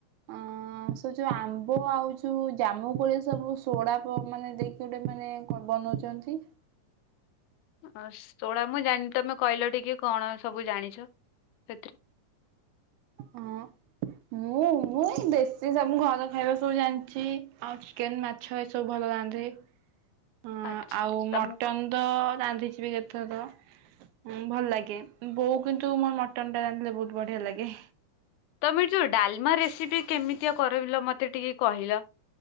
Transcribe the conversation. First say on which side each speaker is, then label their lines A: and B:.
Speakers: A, on the right; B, on the left.
A: ଅଁ ସେ ଯୋଉ ଆମ୍ବ ଆଉ ଯୋଉ ଜାମୁ କୋଳି ସବୁ ସୋଡା ପ ମାନେ ଦେଇ କୁ ଟେ ମାନେ କଁ ବନଉଚନ୍ତି।
B: ଆଁ ସୋଡା ମୁଁ ଜାନ୍ ତମେ କହିଲ ଟିକେ କଣ ସବୁ ଜାଣିଛ ସେଥିରେ?
A: ହଁ। ମୁଁ ମୁଁ ଏଇ ଦେଶୀ ସବୁ ଘର ଖାଇବା ସବୁ ଜାଣିଚି ଆଉ ଚିକେନ୍ ମା ଛ ଏସବୁ ଭଲ ରାନ୍ଧେ। ହଁ
B: ଆଚ୍ଛା
A: ଆଉ
B: ତମ
A: ମଟନ ତ ରାନ୍ଧିଛି ବି କେତେ ଥର। ହୁଁ ଭଲ ଲାଗେ ବୋଉ କିନ୍ତୁ ମୋର ମଟନ ଟା ରାନ୍ଧିଲେ ବହୁତ ବଢିଆ ଲାଗେ।
B: ତମେ ଯୋଉ ଡାଲମା ରେସିପି କେମିତିଆ କରିଲ ମତେ ଟିକେ କହିଲ।